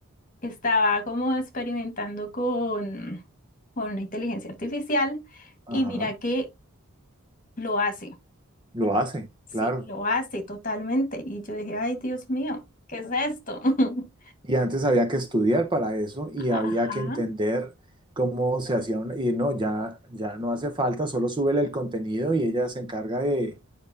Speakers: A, on the left (about 35°); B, on the right (about 20°).
A: estaba como experimentando con, con una inteligencia artificial
B: ajá,
A: y mira que lo hace.
B: lo hace,
A: Sí,
B: claro.
A: lo hace totalmente. Y yo dije, ay, Dios mío, ¿qué es esto? <laughs>
B: Y antes había que estudiar para eso y
A: Ajá,
B: había que entender cómo se hacía un- y no, ya, ya no hace falta, solo súbele el contenido y ella se encarga de,